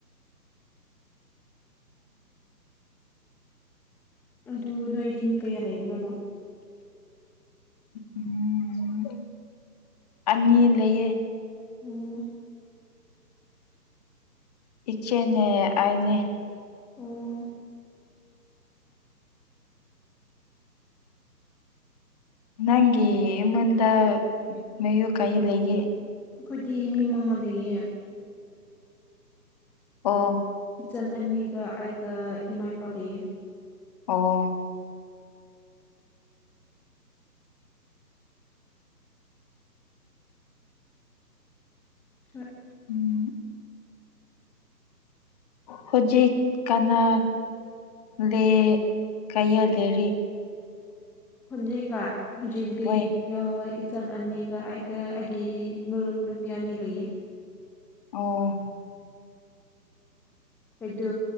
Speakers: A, in the centre; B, on the left.
A: ꯑꯗꯨ ꯅꯣꯏꯗꯤ ꯃꯤ ꯀꯌꯥ ꯂꯩꯔꯤꯕ꯭ꯔꯅꯣ
B: ꯎꯝ ꯑꯅꯤ ꯂꯩꯌꯦ
A: ꯎꯝ
B: ꯏꯆꯦꯅꯦ ꯑꯥꯏꯅꯦ
A: ꯑꯣ
B: ꯅꯪꯒꯤ ꯃꯟꯗ ꯃꯌꯨ ꯀꯥꯏꯦ ꯂꯩꯒꯦ
A: ꯑꯈꯣꯏꯗꯤ ꯃꯤ ꯃꯉꯥ ꯂꯩꯌꯦ
B: ꯑꯣ
A: ꯏꯆꯟ ꯑꯅꯤꯒ ꯑꯥꯢꯒ ꯏꯃꯥ ꯏꯄꯥ ꯂꯩꯌꯦ
B: ꯑꯣ
A: ꯍꯣꯏ
B: ꯎꯝ ꯍꯣꯖꯤꯛ ꯀꯅꯥ ꯂꯦ ꯀꯌꯥ ꯂꯩꯔꯤ
A: ꯈꯣꯗꯤꯛ ꯂ ꯍꯣꯖꯤꯛꯗꯤ
B: ꯍꯣꯏ
A: ꯏꯆꯟ ꯑꯅꯤꯒ ꯑꯩꯒ ꯑꯩꯒꯤ ꯃꯔꯨꯞ ꯅꯨꯄꯤ ꯑꯅꯤ ꯂꯩꯌꯦ
B: ꯑꯣ
A: ꯑꯩꯈꯣꯏꯗꯨ